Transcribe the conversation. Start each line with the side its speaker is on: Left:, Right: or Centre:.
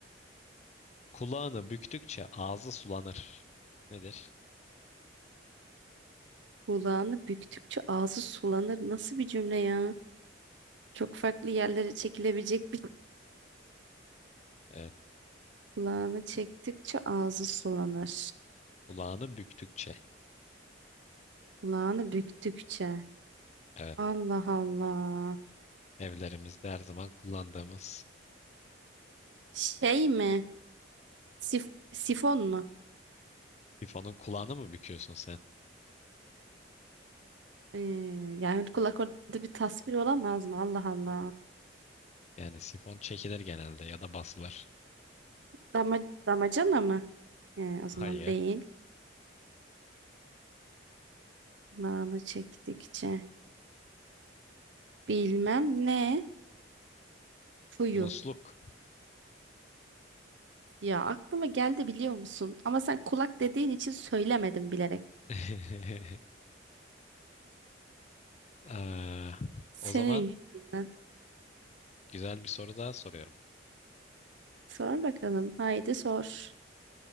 Left: Kulağını büktükçe ağzı sulanır. Nedir?
Right: Kulağını büktükçe ağzı sulanır. Nasıl bir cümle ya? Çok farklı yerlere çekilebilecek bir...
Left: Evet.
Right: Kulağını çektikçe ağzı sulanır.
Left: Kulağını büktükçe.
Right: Kulağını büktükçe.
Left: Evet.
Right: Allah Allah.
Left: Evlerimizde her zaman kullandığımız.
Right: Şey mi? Sif- sifon mu?
Left: Sifonun kulağını mı büküyorsun sen?
Right: Ee, yani kulak orada bir tasvir olamaz mı? Allah Allah.
Left: Yani sifon çekilir genelde ya da basılır.
Right: Dama, damacana mı? He, o zaman
Left: Hayır.
Right: değil. Nane çektikçe. Bilmem ne. Fuyu.
Left: Musluk.
Right: Ya aklıma geldi biliyor musun? Ama sen kulak dediğin için söylemedim bilerek.
Left: <laughs> Eee,
Right: Senin
Left: o zaman
Right: yüzünden.
Left: güzel bir soru daha soruyorum.
Right: Sor bakalım. Haydi sor.